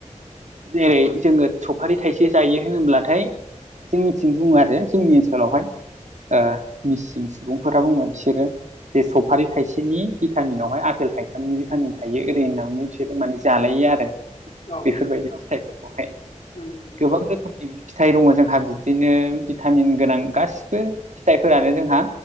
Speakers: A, on the right (about 70°); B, on the left (about 55°).
A: जेरै जोङो सफारि थाइसे जायो होनब्लाथाय जोंनिथिं बुङो आरो जोंनि ओनसोलावहाय ओ मिसिं सुबुंफोरा बुङो बिसोरो बे सफारि थायसेनि भिटामिनावहाय आपेल थाइथामनि भिटामिन थायो ओरै होननानै बिसोरो माने जालायो आरो
B: औ
A: बेफोरबायदि फिथाइफोरखौहाय
B: नंगौ नंगौ
A: गोबां रोखोमनि रोखोमनि फिथाइ दङ जोंहा बिदिनो भिटामिन गोनां गासिबो फिथाइफोरानो जोंहा